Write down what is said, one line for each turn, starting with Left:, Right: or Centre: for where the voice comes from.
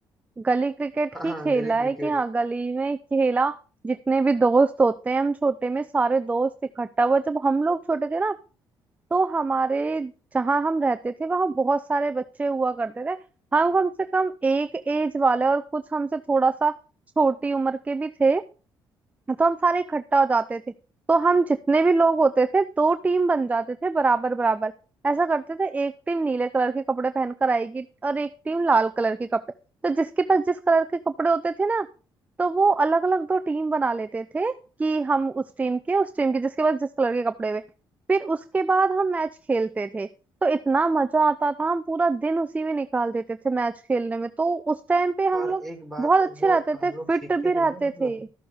Right: गली क्रिकेट
Centre: हाँ हाँ
Right: ही खेला
Centre: गली क्रिकेट
Right: है कि हाँ गली में खेला जितने भी दोस्त होते हैं हम छोटे में सारे दोस्त इकट्ठा हुआ जब हम लोग छोटे थे ना तो हमारे जहाँ हम रहते थे वहाँ बहुत सारे बच्चे हुआ करते थे हम कम से कम एक एज वाले और कुछ हमसे थोड़ा सा छोटी उम्र के भी थे तो हम सारे इकट्ठा हो जाते थे तो हम जितने भी लोग होते थे दो टीम बन जाते थे बराबर बराबर ऐसा करते थे एक टीम नीले कलर के कपड़े पहनकर आएगी और एक टीम लाल कलर के कपड़े तो जिसके पास जिस कलर के कपड़े होते थे ना तो वो अलग अलग दो टीम बना लेते थे कि हम उस टीम के उस टीम के जिसके पास जिस कलर के कपड़े हुए फिर उसके बाद हम मैच खेलते थे तो इतना मजा आता था हम पूरा दिन उसी में निकाल देते थे मैच खेलने में तो उस टाइम पे हम
Centre: और
Right: लोग
Centre: एक बात
Right: बहुत अच्छे
Centre: जो
Right: रहते
Centre: हम
Right: थे फिट
Centre: लोग सीखते
Right: भी
Centre: थे
Right: रहते
Centre: ना मतलब
Right: थे